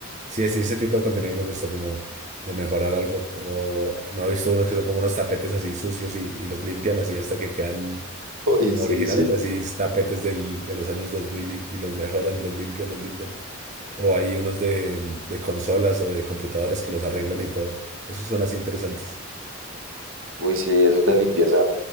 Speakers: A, on the right (about 35°); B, on the right (about 75°).
A: Sí, sí, ese tipo de contenido me gusta, como de mejorar algo. O no he visto unos que son como unos tapetes así sucios y, y los limpian así hasta que quedan
B: <laughs> Uy,
A: como
B: sí,
A: originales,
B: sí.
A: así es tapetes del- de los años 2000 y, y los mejoran, los limpian, los limpian. O hay unos de, de consolas o de computadores que los arreglan y todo. Esos son así interesantes.
B: Uy, sí, esos de limpieza